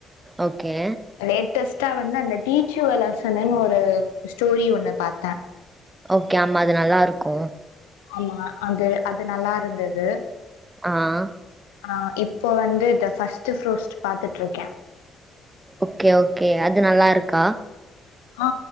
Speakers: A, on the right; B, on the left.
A: ஓகே.
B: லேட்டஸ்டா வந்து அந்த டீச்சுவல அசனேனு ஒரு ஸ்டோரி ஒண்ணு பாத்தே
A: ஓகே ஆமா அது நல்லா இருக்கு
B: லீமா அது அது நல்லா இருந்தது
A: ஆஹ்
B: ஆ இப்போ வந்து இந்த பஸ்ட்டு பூருஸ்டு பாத்துட்டு இருக்கே
A: ஓகே ஓகே அது நல்லா இருக்கா
B: ஆ